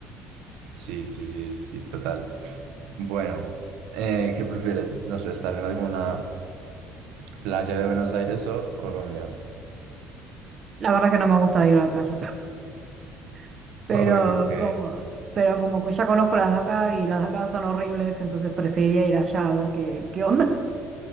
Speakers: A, on the right; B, on the right.
A: Sí, sí, sí, sí, sí, total. Bueno, eh, ¿qué prefieres? No sé, estar en alguna playa de Buenos Aires o Colombia.
B: La verdad es que no me gusta ir a la playa, <laughs> pero
A: <laughs> Uy, ok,
B: como, pero como que ya conozco las de acá y las de acá son horribles, entonces preferiría ir allá a ver qué, qué onda.